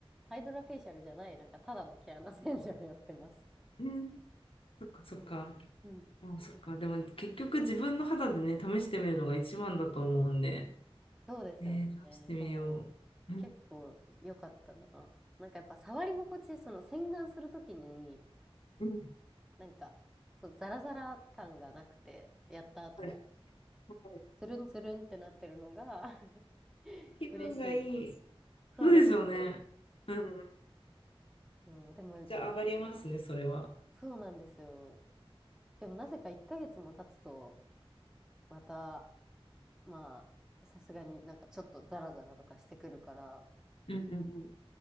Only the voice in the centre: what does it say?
ハイドラフェイシャルじゃない、なんかただの毛穴洗浄をやってます。
うん。
そうですよね。
そう。
結構良かったな。なんかやっぱ触り心地、その洗顔するときに、
なんか、そう、ザラザラ感がなくて、やった後は。
つるんつるんってなってるのが <laughs>
嬉しい。そうなんですよ。
そう、でも、
そうなんですよ。でもなぜか1ヶ月も経つと、また、まあ、さすがになんかちょっとザラザラとかしてくるから、